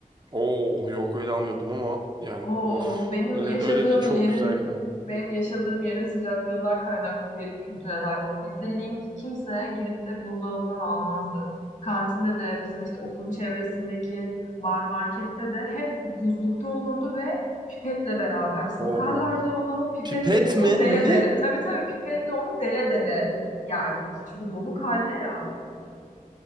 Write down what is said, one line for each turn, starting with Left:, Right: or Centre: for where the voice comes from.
Right: Oh yok öyle almıyordum ama yani
Left: Oo,
Right: of.
Left: benim
Right: Öyle
Left: yaşadığım
Right: öyle de çok
Left: yerin
Right: güzel gider.
Left: benim yaşadığım yerin sıcaklığından kaynaklı bir kültür herhalde bu. Bizde link kimse gidip de buzdolabından almazdı. Kantinde de bizim işte okulun çevresindeki bar markette de hep buzlukta olurdu ve pipetle beraber satarlardı
Right: Oo.
Left: onu. Pipetle
Right: Pipet
Left: biz onu
Right: mi?
Left: dele
Right: Ne?
Left: dele. Tabii tabii pipetle onu dele dele yerdik. Çünkü donuk halde ya.